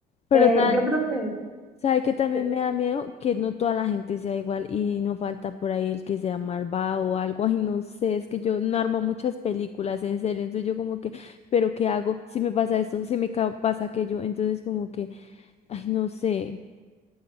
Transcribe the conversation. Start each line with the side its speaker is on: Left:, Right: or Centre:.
Left: Pero,
Centre: eh,
Left: ta-
Centre: yo creo que,
Left: Sabe que también
Centre: que-
Left: me da miedo que no toda la gente sea igual y no falta por ahí el que sea malvado o algo. <laughs> Ay, no sé, es que yo no armo muchas películas, en serio. Entonces yo como que, ¿pero qué hago? Si me pasa esto, si me ca- pasa aquello. Entonces como que, ay, no sé.